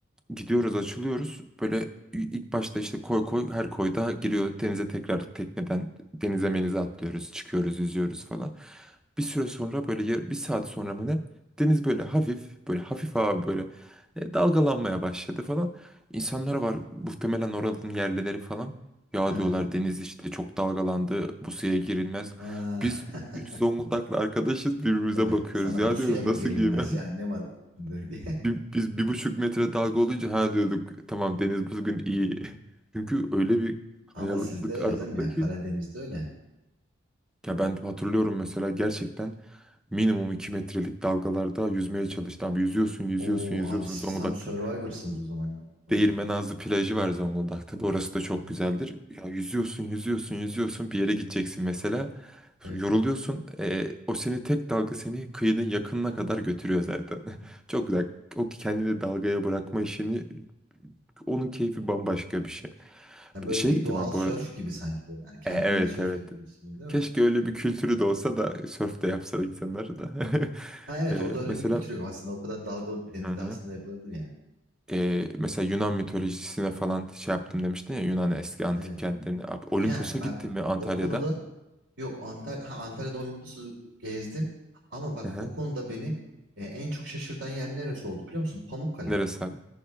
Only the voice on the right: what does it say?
Ha.
Ha.
<laughs>
Tabii
sana
bu suya
mı
girilmez
yani
ne var bu <laughs> diye.
Ama sizde öyle
canım ya
Karadeniz'de öyle.
Oo
abi siz
tam Survivor'sınız o zaman ya o konuda.
Aha,
evet.
Hı hı.
Ya böyle
bir
doğal
sörf
gibi sanki böyle. Yani kendinle
sörf
yapıyormuşsun gibi değil
mi?
Ha evet
orada öyle
bir kültür yok aslında. O kadar dalgalı bir denizde
aslında yapılabilir yani.
Aha,
evet.
Ya
bak
o konuda yok Antalya, ha, Antalya'da Olimpos'u gezdim. Ama bak
o konuda beni e, en çok şaşırtan yer neresi oldu biliyor musun? Pamukkale.